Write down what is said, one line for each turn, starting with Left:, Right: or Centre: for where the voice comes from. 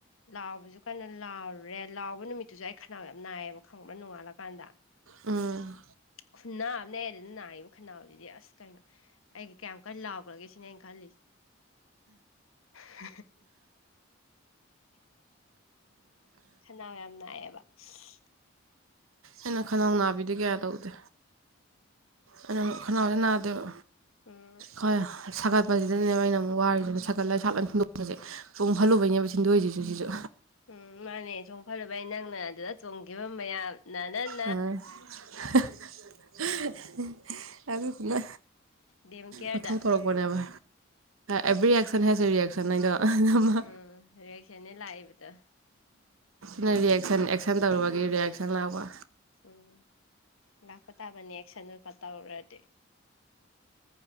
Left: ꯂꯥꯎꯕꯖꯨ ꯀꯟꯅ ꯂꯥꯎꯔꯨꯔꯦ ꯂꯥꯎꯕ ꯅꯨꯃꯤꯠꯇꯨꯖꯨ ꯑꯩ ꯈꯟꯅꯥꯎ ꯌꯥꯝ ꯅꯥꯏꯌꯦꯕ ꯈꯪꯕ꯭ꯔ ꯅꯣꯡꯉꯥꯜꯂꯀꯥꯟꯗ
Right: ꯎꯝ
Left: ꯈꯨꯟꯅꯥ ꯑꯃꯅꯦ ꯑꯗꯨꯗ ꯅꯥꯒꯤꯕ ꯈꯟꯅꯥꯎꯖꯤꯗꯤ ꯑꯁ ꯀꯩꯅꯣ ꯑꯩꯒꯤ ꯀꯌꯥꯝ ꯀꯟ ꯂꯥꯎꯒ꯭ꯔꯒꯦ ꯁꯤꯅꯦ ꯑꯩ ꯈꯜꯂꯤꯁꯤ <unintelligible> ꯈꯟꯅꯥꯎ ꯌꯥꯝ ꯅꯥꯏꯌꯦꯕ <unintelligible>
Right: ꯑꯩꯅ ꯈꯟꯅꯥꯎ ꯅꯥꯕꯤꯗꯤ ꯀꯌꯥ ꯇꯧꯗꯦ ꯑꯩꯅ ꯑꯃ ꯈꯟꯅꯥꯎꯗꯤ ꯅꯥꯗꯦꯕ
Left: ꯎꯝ
Right: ꯈꫭꯏ ꯁꯥꯒꯠꯄꯖꯤꯗꯅꯦꯕ ꯑꯩꯅ ꯑꯃꯨꯛ ꯋꯥꯔꯤꯖꯤꯅ ꯁꯥꯒꯠꯂ ꯏꯁꯥ ꯂꫭꯏ ꯊꯤꯟꯗꯣꯛꯄꯁꯦ ꯆꯣꯡ ꯐꯜꯂꯨꯕꯩꯅꯦꯕ
Left: ꯎꯝ
Right: ꯊꯤꯟꯗꯣꯏꯁꯤꯖꯨ ꯁꯤꯖꯨ
Left: ꯎꯝ ꯃꯥꯟꯅꯦ ꯆꯣꯡꯐꯜꯂꯨꯕꯩ ꯅꯪꯅ ꯑꯗꯨꯗ ꯆꯣꯡꯒꯤꯕ ꯃꯌꯥꯝꯅ <unintelligible>
Right: ꯑ <unintelligible> <unintelligible> ꯑꯗꯨꯗꯨꯅ
Left: ꯗꯦꯝ ꯀꯦꯌꯔꯗ
Right: ꯃꯊꯧ ꯇꯧꯔꯛ ꯄꯅꯦꯕ every action has a reaction ꯍꯥꯏꯗꯣ ꯑꯗꯨꯃ
Left: ꯎꯝ ꯔꯤꯌꯦꯛꯁꯟꯅꯦ ꯂꯥꯛꯏꯕꯗꯣ
Right: ꯅꯪ ꯔꯤꯌꯦꯛꯁꯟ ꯑꯦꯛꯁꯟ ꯇꯧꯔꯨꯕꯒꯤ ꯔꯤꯌꯦꯛꯁꯟ ꯂꯥꯛꯄ
Left: ꯎꯝ ꯂꯥꯛꯄ ꯇꯥꯕꯅꯦ ꯑꯦꯛꯁꯟꯗꯨ <unintelligible> ꯇꯧꯔꯨꯔꯗꯤ